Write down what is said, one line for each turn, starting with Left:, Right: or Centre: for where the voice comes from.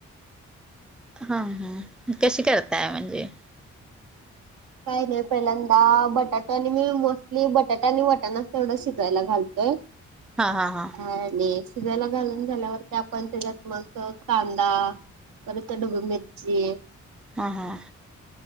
Centre: हा हा, कशी करताय म्हणजे.
Right: काय नाही पहिल्यांदा बटाटू आणि मी मोस्टली बटाटा आणी वटाणच तेवढं शिजवायला घालतोय. <inaudible>
Centre: हा हा हा.
Right: आणि शिजायला घालून झाल्यावरती आपण त्याच्यात मग कांदा परत डब्बू मिर्ची.
Centre: हां हां हा.